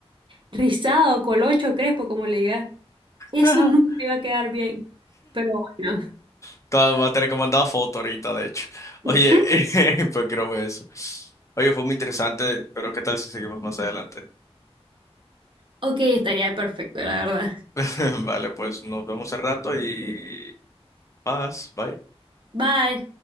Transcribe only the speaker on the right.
rizado, colocho, crespo, como le diga. Eso
nunca iba a quedar bien. Pero bueno,
<laughs>
ok, estaría perfecto, la verdad.
Bye.